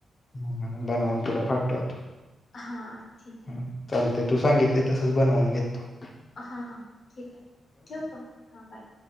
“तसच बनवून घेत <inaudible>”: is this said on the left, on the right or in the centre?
Left